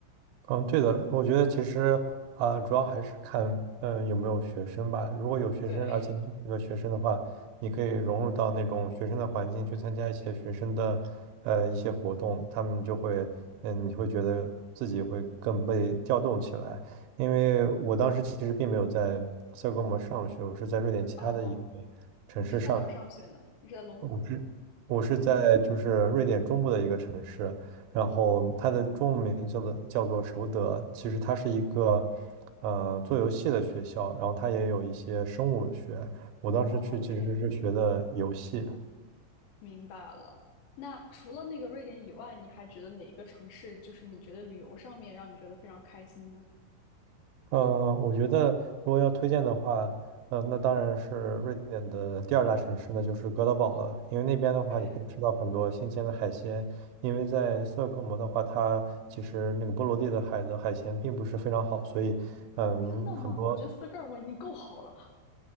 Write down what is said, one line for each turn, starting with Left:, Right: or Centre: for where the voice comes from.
Right: 嗯，对的，我觉得其实啊、主要还是看嗯有没有学生吧。如果有学生，
Left: 对，
Right: 而且你是个学生的话，你可以融入到那种学生的环境去参加一些学生的呃一些活动，他们就会嗯你会觉得自己会更被调动起来。因为我当时其实并没有在斯德哥尔摩上学，我是在瑞典其他的一个。
Left: <laughs> 哦，
Right: 城市。
Left: 你是在哪儿上学呢？你是在龙谷吗？
Right: 我是我是在就是瑞典中部的一个城市，然后它的中文名叫做叫做首德，其实它是一个呃做游戏的学校，然后它也有一些生物学，我当时去其实是学的游戏。
Left: 哦，这样，明白了。那除了那个瑞典以外，你还觉得哪个城市就是你觉得旅游上面让你觉得非常开心呢
Right: 呃，我觉得如果要推荐的话，呃，那当然是瑞典的第二大城市，那就是哥德堡了。因为那边的话，
Left: ？OK，
Right: 你可以吃到很多新鲜的海鲜。因为在斯德哥尔摩的话，它其实那个波罗的海的海鲜并不是非常好，所以，嗯，
Left: 真的吗？
Right: 很多
Left: 我觉得斯德哥尔摩已经够好了。